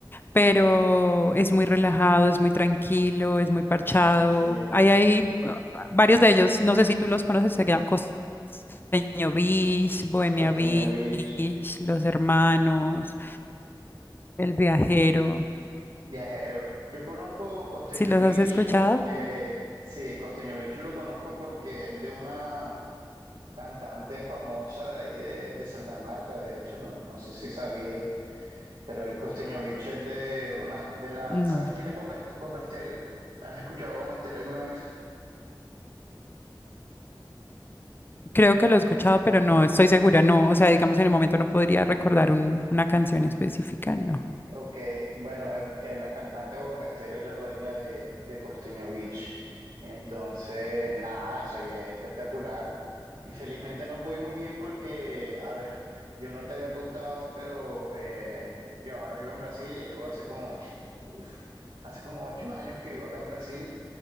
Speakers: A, on the left (about 25°); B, on the right (about 75°).
A: pero es muy relajado, es muy tranquilo, es muy parchado.
B: Sí,
A: Ahí hay
B: sí.
A: eh, varios de ellos, no sé si tú los conoces, se llama Peño Beach, Bohemia
B: Costeño
A: Beach,
B: Beach,
A: Los Hermanos, El Viajero.
B: viajero. Yo conozco Costeño
A: ¿Sí los
B: Beach
A: has escuchado?
B: porque, sí, Costeño Beach lo conozco porque es de una cantante famosa de ahí de, de Santa Marta, de hecho, no, no sé si sabías, pero el Costeño Beach es de una, de la,
A: No,
B: ¿sabes quién es Bomba, Est- Bomba Estéreo? ¿Has escuchado Bomba Estéreo alguna vez?
A: creo que lo he escuchado, pero no estoy segura, no, o sea, digamos en el momento no podría recordar un- una canción específica, no.
B: Ok, bueno, eh, eh, la cantante Bomba Estéreo es la dueña de, de Costeño Beach. Entonces, nada, eso ya es espectacular. Infelizmente no pudimos ir porque, a ver, yo no te había contado, pero eh, yo ahora vivo en Brasil, ya llevo hace como, uf, hace como ocho años que vivo acá en Brasil.